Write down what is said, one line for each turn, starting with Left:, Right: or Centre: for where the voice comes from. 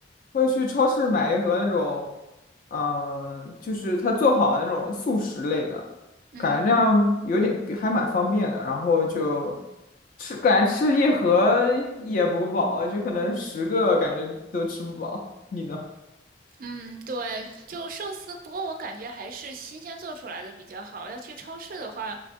Left: 会去超市买一盒那种，嗯，就是他做好的那种速食类的，
Right: 嗯，
Left: 感觉那样有点比还蛮方便的。然后就吃，感觉吃一盒也不饱，就可能十个感觉都吃不饱。你呢？
Right: 嗯，对，就寿司，不过我感觉还是新鲜做出来的比较好。要去超市的话，